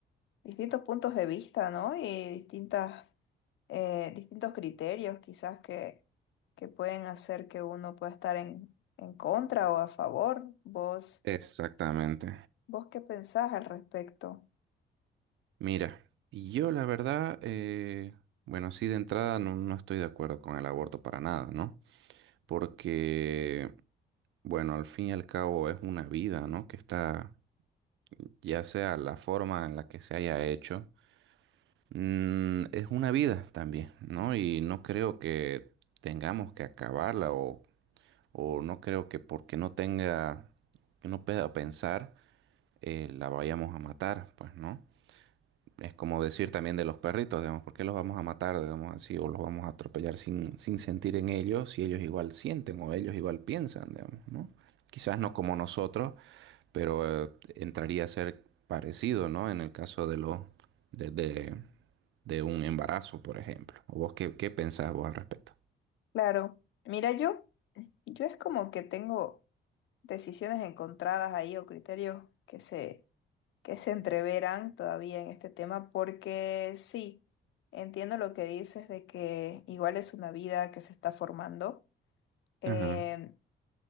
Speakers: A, on the left (about 75°); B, on the right (about 75°).
A: distintos puntos de vista, ¿no? Y distintas, eh, distintos criterios quizás que, que pueden hacer que uno pueda estar en, en contra o a favor. ¿Vos,
B: exactamente.
A: vos qué pensás al respecto?
B: Mira, y yo la verdad, eh, bueno, sí de entrada no, no estoy de acuerdo con el aborto para nada, ¿no? Porque, bueno, al fin y al cabo es una vida, ¿no? Que está, ya sea la forma en la que se haya hecho, mm, es una vida también, ¿no? Y no creo que tengamos que acabarla o, o no creo que porque no tenga, que no pueda pensar, eh, la vayamos a matar, pues, ¿no? Es como decir también de los perritos, digamos, ¿por qué los vamos a matar, digamos así, o los vamos a atropellar sin, sin sentir en ellos, si ellos igual sienten o ellos igual piensan, digamos, ¿no? Quizás no como nosotros, pero eh, entraría a ser parecido, ¿no? En el caso de los de, de, de un embarazo, por ejemplo. ¿O vos qué, qué pensás vos al respecto?
A: Claro, mira, yo, yo es como que tengo decisiones encontradas ahí o criterios que se que se entreveran todavía en este tema, porque sí, entiendo lo que dices de que igual es una vida que se está formando, eh,
B: Ajá.